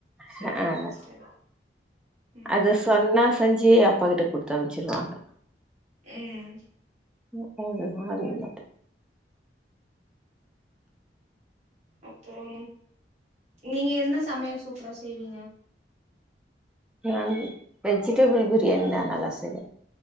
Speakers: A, on the right (about 40°); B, in the centre.
A: சரிங்க
B: ஹ ஹ
A: சிஸ்டர் ம்
B: அது சொன்னா செஞ்சு அப்பா கிட்ட குடுத்தம்ச்சிருவாங்க
A: ம்
B: ஓ வாங்கி வாங்கிருவோ
A: அப்றோ நீங்க என்ன சமையல் சூப்பரா செய்வீங்க
B: நானு வெஜிடேபிள் பிரியாணிதா நல்லா செய்வ